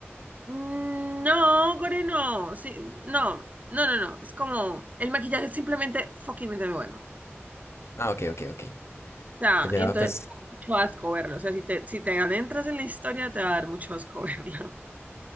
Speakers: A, on the right; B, on the left.
A: Mm, No, Core, no, sí, no, no, no, no, es como, el maquillaje es simplemente fucking bueno.
B: Ah, ok, ok, ok.
A: O sea,
B: Oye,
A: y
B: no,
A: entonces
B: pues,
A: te da mucho asco verlo, o sea, si te, si te adentras en la historia te va a dar mucho asco verlo, <laughs>